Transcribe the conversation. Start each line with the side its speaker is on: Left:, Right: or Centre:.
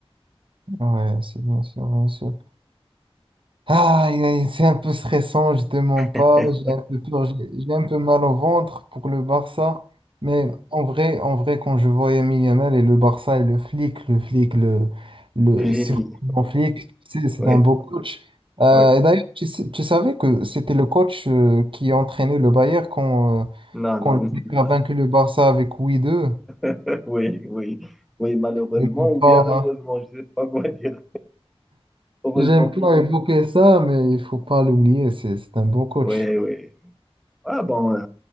Right: ouais, c'est bien sûr, bien sûr. Ah, il est- c'est un peu stressant, je te mens pas.
Centre: <laughs>
Right: J'ai un peu peur, j'ai j'ai un peu mal au ventre pour le Barça. Mais en vrai, en vrai, quand je vois Lamine Yamal et le Barça et le flic, le flic, le, le
Centre: le génie,
Right: surprenant flic, tu sais, c'est
Centre: oui,
Right: un beau coach. Euh,
Centre: oui.
Right: et d'ailleurs, tu, sais- tu savais que c'était le coach euh, qui entraînait le Bayern quand, euh,
Centre: Non,
Right: quand
Centre: non,
Right: le Bayern
Centre: ne
Right: a
Centre: pas
Right: vaincu le Barça avec 8-2.
Centre: ça. Oui, oui, oui, malheureusement
Right: Il faut
Centre: ou
Right: pas.
Centre: bien heureusement,
Right: hein.
Centre: je ne sais pas quoi dire. Heureusement
Right: J'aime
Centre: pour
Right: pas
Centre: nous.
Right: évoquer ça, mais il faut pas l'oublier, c'est c'est un bon coach.
Centre: Oui, oui. Ah bon, euh,